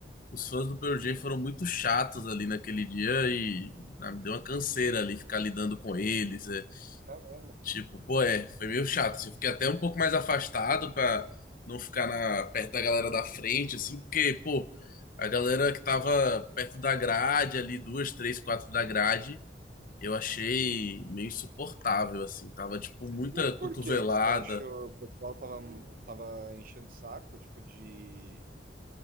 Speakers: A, on the left; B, on the right.
A: os fãs do Pearl Jam foram muito chatos ali naquele dia e ah, me deu uma canseira ali ficar lidando com eles. É.
B: Caramba!
A: Tipo, pô, é, foi meio chato. assim. Eu fiquei até um pouco mais afastado pra não ficar na, perto da galera da frente, assim, porque, pô, a galera que tava perto da grade ali, duas, três, quatro da grade. Eu achei meio insuportável, assim. Tava, tipo, muita
B: Mas
A: cotovelada.
B: por que que você achou que o pessoal tava, tava enchendo o saco, tipo, de